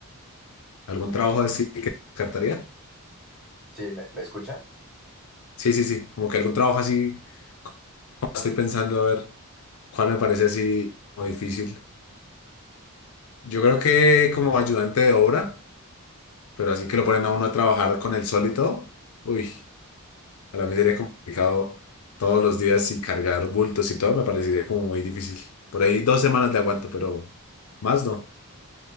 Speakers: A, on the left (about 70°); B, in the centre.
A: ¿Algún trabajo así que descartaría?
B: Sí, ¿me, me escucha?
A: Sí, sí, sí. Como que algún trabajo así, como estoy pensando, a ver cuál me parece así como difícil. Yo creo que como ayudante de obra, pero así que lo ponen a uno a trabajar con el sol y todo. Uy, para mí sería complicado todos los días y cargar bultos y todo, me parecería como muy difícil. Por ahí dos semanas le aguanto, pero más no.